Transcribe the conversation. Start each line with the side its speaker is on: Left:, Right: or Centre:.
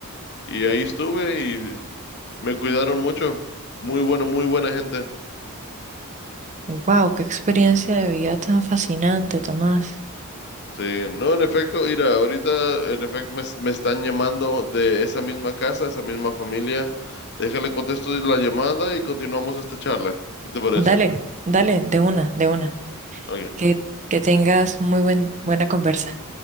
Left: Y ahí estuve y me cuidaron mucho. Muy bueno, muy buena gente.
Right: wow, qué experiencia de vida tan fascinante, Tomás.
Left: Sí, no, en efecto, mira, ahorita en efecto me, me están llamando de esa misma casa, esa misma familia. Déjale contesto la llamada y continuamos esta charla. ¿Qué te parece?
Right: Dale, dale, de una, de una.
Left: Ok,
Right: Que, que tengas muy buen, buena conversa.